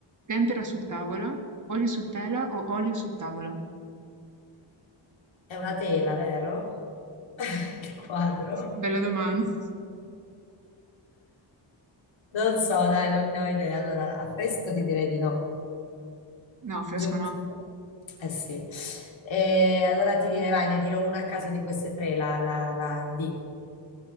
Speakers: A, on the right (about 40°); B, on the left (about 70°).
A: tempera su tavola, olio su tela o olio su tavola?
B: è una tela, vero? <laughs> Il quadro?
A: Bella domanda.
B: Non so, dai, non ne ho idea. Allora, a fresco ti direi di no.
A: No, affresco
B: Giusto.
A: no.
B: Eh sì. E allora ti direi, vai, ne dirò una a caso di queste tre, la, la, la D.